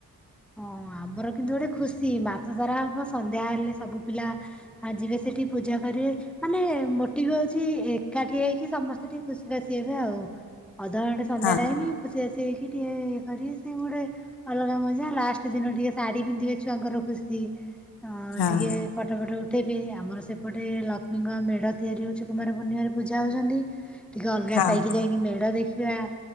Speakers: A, in the centre; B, on the left.
A: ହଁ ଆମର କିନ୍ତୁ ଗୋଟେ ଖୁସି ମାସ ଧରା ହବ ସନ୍ଧ୍ୟା ହେଲେ ସବୁ ପିଲା ଆଜି ବି ସେଠି ପୂଜା କରିବେ ମାନେ ମୋଟି ବି ହଉଛି ଏକାଠି ହେଇକି ସମସ୍ତେ ଟିକେ ଖୁସି ବାସି ହେବେ ଆଉ। ଅଧଘଣ୍ଟା ସନ୍ଧ୍ୟା
B: ଆଉ
A: ଟାଇମଁ ଖୁସି ଆସି ହେଇକି ଟିକେ ଇଏ କରିବେ ସେ ଗୋଟେ ଅଲଗା ମଜା। ଲାଷ୍ଟ ଦିନ ଟିକେ ଶାଢ଼ୀ ପିନ୍ଧିବେ ଛୁଆଙ୍କର ଖୁସି ଅ
B: ହଁ
A: ଟିକେ ଫଟୋ ଫଟ ଉଠେଇବି ଆମର ସେପଟେ ଲକ୍ଷ୍ମୀଙ୍କ ମେଢ ତିଆରି ହଉଛି କୁମାର ପୂର୍ଣ୍ଣିମାରେ ପୂଜା ହଉଛନ୍ତି। ଟିକେ ଅଲଗା
B: ହଁ
A: ସହିକି ଯାଇକି ମେଢ ଦେଖିବା